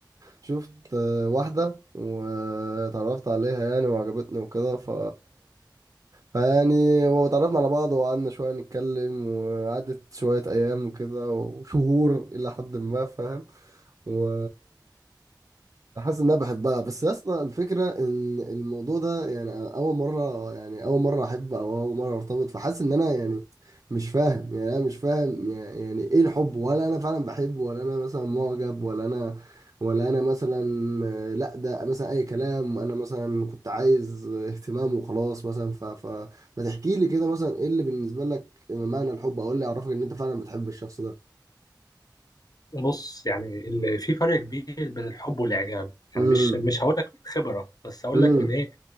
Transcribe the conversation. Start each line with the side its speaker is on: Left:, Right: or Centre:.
Right: شفت آه، واحده واتعرفت عليها يعني وعجبتني وكده ف فيعني وتعرفنا على بعض وقعدنا شوية نتكلم وقعدت شوية أيام وكده وشهور إلى حد ما فاهم و حاسس ان انا بحبها بس يا اسطى الفكره ان الموضوع ده يعني أنا اول مره يعني اول مره احب او اول مره ارتبط فحاسس ان انا يعني مش فاهم يعني انا مش فاهم يعني ايه الحب ولا انا فعلا بحب ولا انا مثلا معجب ولا انا ولا انا مثلا آه، لا ده مثلا اي كلام انا مثلا كنت عايز اهتمام وخلاص مثلا ف ف ما تحكي لي كده مثلا ايه اللي بالنسبه لك معنى الحب او إيه اللي يعرفك ان انت فعلا بتحب الشخص ده
Left: بص يعني اللي في فرق كبير بين الحب والاعجاب
Right: امم
Left: يعني مش مش هقول لك من خبره بس هقول
Right: امم
Left: لك من ايه